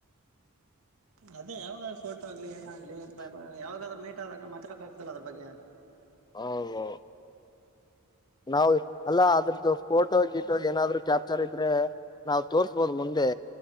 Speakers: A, on the right; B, on the left.
A: ಅದೇ ಯಾವಾಗಾದ್ರರು ಫೋಟೋ ಆಗ್ಲಿ ಏನಾಗ ಇಲೀ ಬೈ ಬೈ ಯಾವಾಗದ್ರು ಮಿ ಆದಾಗ ಮಾತಾಡಕ್ ಆಗ್ತಲ್ಲ ಅದ್ರ ಬಗ್ಗೆ
B: ಹ ನಾವು ಅಲ್ಲ ಅದ್ರದ್ದು ಫೋಟೋ ಗಿಟೋ ಏನಾದ್ರು ಕ್ಯಾಪ್ಚರ್ ಇದ್ರೆ ನಾವ್ ತೋರ್ಸ್ಬೋದ್ ಮುಂದೆ